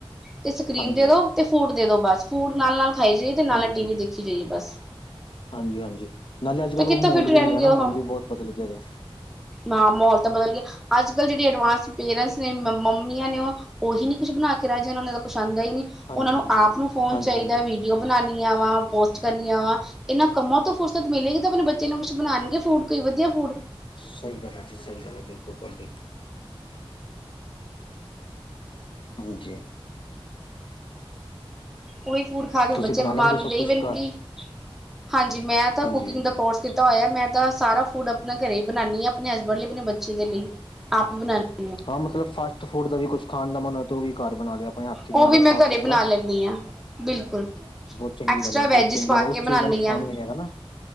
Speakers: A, in the centre; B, on the left.
A: ਤੇ ਸਕਰੀਨ
B: ਹਾਂਜੀ
A: ਦੇ ਦੋ ਅਤੇ ਫੂਡ ਦੇ ਦੋ ਬਸ ਫੂਡ ਨਾਲ ਨਾਲ ਖਾਈ ਜਾਈਏ ਅਤੇ ਨਾਲ
B: ਹਾਂਜੀ
A: ਨਾਲ
B: ਹਾਂਜੀ
A: ਟੀ ਵੀ ਦੇਖੀ ਜਾਈਏ ਬਸ
B: ਹਾਂਜੀ ਹਾਂਜੀ ਨਾਲੇ ਅੱਜ
A: ਤੇ
B: ਕੱਲ੍ਹ
A: ਕਿੱਥੋਂ
B: ਉਹ ਮੋਲ
A: ਫਿਟ ਰਹਿਣਗੇ
B: ਵੀ ਨਹੀਂ ਰਿਹਾਣਾ
A: ਉਹ
B: ਮੋਲ ਵੀ ਬਹੁਤ ਬਦਲ ਗਿਆ ਰਿਹਾ।
A: ਹਾਂ ਮਾਹੌਲ ਤਾਂ ਬਦਲ ਗਿਆ ਅੱਜ ਕੱਲ੍ਹ ਜਿਹੜੇ ਅਡਵਾਂਸ ਪੇਰੈਂਟਸ ਨੇ ਮੰਮੀਆਂ ਨੇ ਉਹ ਉਹੀ ਨਹੀਂ ਕੁਝ ਬਣਾ ਕੇ ਰਹਿ ਜਾਂਣਾ ਉਹਨਾਂ ਕੁਛ ਆਉਂਦਾ ਹੀ ਨਹੀਂ
B: ਹਾਂਜੀ
A: ਉਹਨਾਂ ਨੂੰ
B: ਹਾਂਜੀ
A: ਆਪ ਨੂੰ ਫੋਨ
B: ਹਾਂਜੀ
A: ਚਾਹੀਦਾ
B: ਹਾਂਜੀ
A: ਵੀ। ਓ ਬਣਾਣੀੀਆਂ ਵਾ ਪੋਸਟ ਕਰਨੀਆਂ ਵਾ ਇਹਨਾਂ ਕੰਮਾਂ ਤੋਂ ਫੁਰਸਤ ਮਿਲੇਗੀ ਆਪਣੇ ਬੱਚੇ ਨੂੰ ਕੁਛ ਬਣਾਉਣਗੇ ਫੂਡ ਕੋਈ ਵਧੀਆ ਫੂਡ
B: ਸਹੀ ਗੱਲ ਹੈ ਜੀ ਸਹੀ ਗੱਲ ਹੈ ਬਿਲਕੁਲ ਤੁਹਾਡੀ। ਹਾਂਜੀ।
A: ਓਈ ਫੂਡ ਖਾ ਕੇ
B: ਤੁਸੀਂ
A: ਬੱਚੇ
B: ਬਣਾ
A: ਬਿਮਾਰ
B: ਲੈਂਦੇ ਹੋ
A: ਹੁੰਦੇ
B: ਸਭ ਕੁਛ
A: ਈਵਨ
B: ਘਰ
A: ਕਿ, ਹਾਂਜੀ ਮੈਂ ਤਾਂ
B: ਹਾਂਜੀ
A: ਕੁਕਿੰਗ
B: ਹਾਂਜੀ
A: ਦਾ ਕੋਰਸ ਕੀ ਤਾ ਹੋਇਆ ਮੈਂ ਤਾਂ ਸਾਰਾ ਫੂਡ ਆਪਣੇ ਘਰੇ ਈ ਬਨਾਨੀ ਆਂ ਆਪਣੇ ਹਸਬੈਂਡ ਲਈ, ਆਪਣੇ ਬੱਚੇ ਦੇ ਲਈ, ਆਪ ਈ ਬਣਾਨੀ ਆ।
B: ਹਾਂ ਮਤਲਬ, ਫਾਸਟ ਫੂਡ ਦਾ ਵੀ ਕੁਸ਼ ਖਾਣ ਦਾ ਮਨ ਹੋਏ ਤੇ ਉਹ ਵੀ ਘਰ ਬਣਾ ਲਿਆ ਆਪਣੇ ਹੱਥੀ ਬਣਾ
A: ਉਹ ਵੀ
B: ਲਿਆ
A: ਮੈਂ
B: ਸਾਫ਼-ਸੁਥਰਾ।
A: <unintelligible> ਬਿਲਕੁਲ,
B: ਚੰਗੀ
A: ਐਕਸਟਰਾ
B: ਗੱਲ ਹੈ
A: ਵੈਜਿਸ
B: ਬਹੁਤ ਚੰਗੀ
A: ਪਾ
B: ਗੱਲ ਹੈ, ਉਸ
A: ਕੇ ਬਣਾਨੀ
B: ਚੀਜ਼ ਦਾ ਨੁਕਸਾਨ
A: ਆਂ।
B: ਵੀ ਨਹੀਂ ਹੈਗਾ ਨਾ